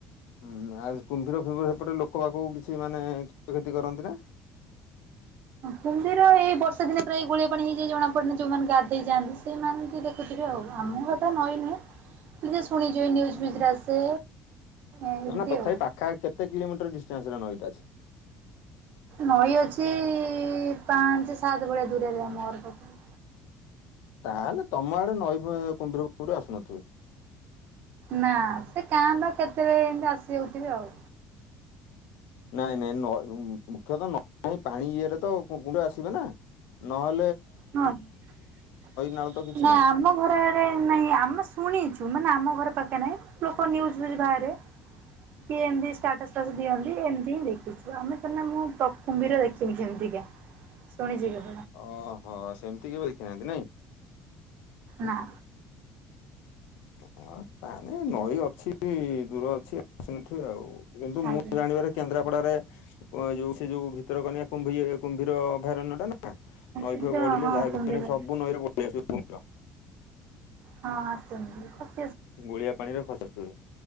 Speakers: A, on the left (about 80°); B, on the right (about 55°).
A: ହୁଁ ଆଉ କୁମ୍ଭୀର ଫୁମ୍ଭୀର ହେପଟେ ଲୋକ ବାକକୁ କିଛି ମାନେ କ୍ଷୟକ୍ଷତି କରନ୍ତି ନା।
B: କୁମ୍ଭୀର ଏଇ ବର୍ଷା ଦିନେ ପ୍ରାୟେ ଏଇ ଗୋଳିଆ ପାଣି ହେଇଯାଇ ଜଣା ପଡନି ଯୋଉମାନେ ଗାଧେଇ ଯାଆନ୍ତି ସେମାନେ ଦେଖୁଥିବେ। ଆମ କଥା ନଈ ନୁହେଁ ଯାହା ଶୁଣିଚୁ ଏଇ ନିୟୁଜ ଫିଉଜରେ ଆସେ। ଏମିତି
A: ନା ନା ତଥାପି
B: ଆଉ।
A: ପାଖା ଆଖି କେତେ କିଲୋମିଟର ଡିଷ୍ଟାନ୍ସ ରେ ନଈଟା ଅଛି?
B: ନଈ ଅଛି ଇ ପାଞ୍ଚ ସାତ ଭଳିଆ ଦୂରରେ ଆମ ଘର ପାଖରୁ।
A: ତାହେଲେ ତମ ଆଡେ ନଈ ଫଇ କୁମ୍ଭୀର ଫୁମ୍ବିର ଆସୁନଥିବେ।
B: ନା ସେ କାଁ ଭା କେତେବେଳେ ଏମତି ଆସିଯାଉଥିବେ ଆଉ?
A: ନାଇଁ ନାଇଁ ନଇ ମୁଖ୍ୟତଃ ନଈ ପାଣି ଇଏରେ ତ କୁମ୍ଭୀର ଆସିବେ ନା ନହେ
B: ନାଇଁ
A: ନାଳ ତ କିଛି
B: ନାଁ
A: ନାହିଁ।
B: ଆମ ଘର ଆଡେ ନାହିଁ ଆମେ ଶୁଣିଚୁ। ମାନେ ଆମ ଘର ପାଖେ ନାଇଁ ଲୋକ ନିୟୁଜ ଫିଉଜ ବାହାରେ। କିଏ ଏମିତି ଷ୍ଟାଟାସ୍ ଫାଟ୍ସ ଦିଅନ୍ତି ଏମିତି ହିଁ ଦେଖିଛୁ? ଆମେ ତ ନା ମୁଁ କୁମ୍ଭୀର ଦେଖିନି କେମିତି? ଆ୍ ଶୁଣିଯିବୁ।
A: ଅହ, ସେମିତି କେବେ ଦେଖିନାହାନ୍ତି ନାଇଁ?
B: ନାଁ।
A: ହ ତାନେ ନଈ ଅଛି ଦୂର ଅଛି ଆସି ନଥିଵେ ଆଉ। କିନ୍ତୁ ମୁଁ
B: ଆଜ୍ଞା
A: ଜାଣିବାରେ କେନ୍ଦ୍ରାପଡାରେ ଯୋଉ ସେ ଯୋଉ ଭିତରକନିକା କୁମ୍ଭୀ କୁମ୍ଭୀର ଅଭୟାରଣ୍ୟ ଟା ନା ନଈ
B: ସେଠି
A: ଫଇ
B: ତ
A: ବଢିଲେ
B: ହଁ
A: ଯାହା
B: କୁମ୍ଭୀର
A: ବି ସବୁ ନଈରେ ପଳେଇ ଆସିବେ କୁମ୍ଭୀର।
B: ହଁ ଆସନ୍ତି ତ।
A: ଗୁଳିଆ ପାଣିରେ ଖସ ଟୁଏ